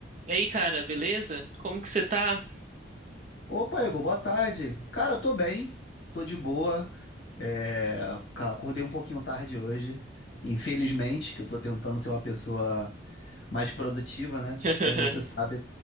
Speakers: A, on the right; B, on the left.
A: E aí, cara, beleza? Como que você tá?
B: Opa, Igor, boa tarde. Cara, eu tô bem, tô de boa. É, ca- acordei um pouquinho tarde hoje, infelizmente, que eu tô tentando ser uma pessoa mais produtiva, né?
A: <laughs>
B: Como você sabe,